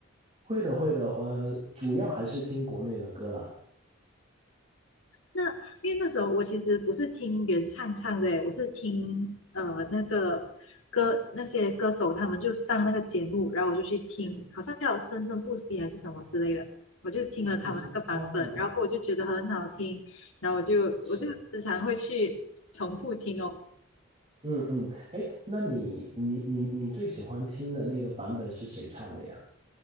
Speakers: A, on the right; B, on the left.
A: 会的会的，我主要还是听国内的歌啦。
B: 那因为那时候我其实不是听原唱唱的诶，我是听呃那个歌那些歌手他们就上那个节目，然后我就去听，好像叫《生生不息》还是什么之类的，我就听了他们那个版本，
A: 是是。哦，
B: 然后过后我就觉得很好听，然后我就我就时常会去重复听哦。
A: 是，嗯嗯，哎，那你你你你最喜欢听的那个版本是谁唱的呀？